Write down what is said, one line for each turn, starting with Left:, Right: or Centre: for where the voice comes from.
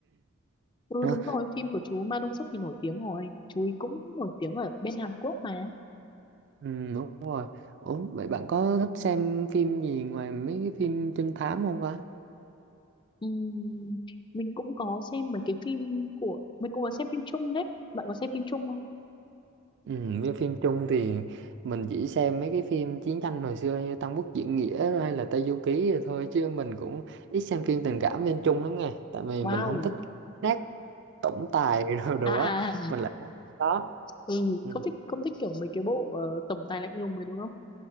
Left: ừ
Right: Ờ,
Left: đúng rồi, phim của chú Ma Đông Súc thì nổi tiếng rồi. Chú ấy cũng nổi tiếng ở bên Hàn Quốc mà.
Right: Ừ, đúng rồi. Ủa, vậy bạn có thích xem phim gì ngoài mấy cái phim trinh thám không ta?
Left: Ừm, mình cũng có xem mấy cái phim của mình cũng có xem phim chung đấy bạn có xem phim chung không
Right: Ừ, với phim chung thì mình chỉ xem mấy cái phim chiến tranh hồi xưa như Tam Quốc Diễn Nghĩa rồi hay là Tây Du Ký rồi thôi chứ mình cũng ít xem phim tình cảm bên chung lắm nghe. Tại vì
Left: wow
Right: mình không thích nát tổng tài <laughs> rồi đồ
Left: à
Right: á,
Left: à
Right: mình lại không thích đó.
Left: ừ
Right: Ừ.
Left: không thích không thích kiểu mấy cái bộ ờ, tổng tài lạnh lùng này đúng không